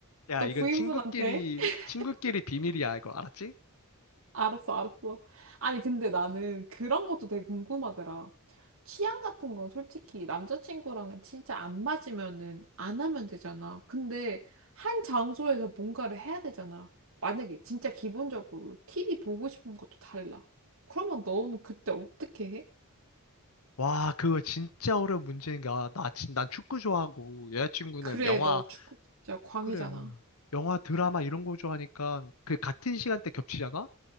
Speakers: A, on the left; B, on the right.
A: 야,
B: 너
A: 이건
B: 부인분한테?
A: 친구끼리,
B: <laughs>
A: 친구끼리 비밀이야, 이거 알았지?
B: 알았어, 알았어. 아니, 근데 나는 그런 것도 되게 궁금하더라. 취향 같은 건 솔직히 남자친구랑은 진짜 안 맞으면은 안 하면 되잖아. 근데 한 장소에서 뭔가를 해야 되잖아. 만약에 진짜 기본적으로 TV 보고 싶은 것도 달라. 그러면 너는 그때 어떻게 해?
A: 와, 그거 진짜 어려운 문제인 거야. 나, 진, 난 축구 좋아하고, 여자친구는
B: 그래,
A: 영화,
B: 너 축구 진짜 광이잖아.
A: 그래. 영화, 드라마 이런 거 좋아하니까, 그 같은 시간대 겹치잖아?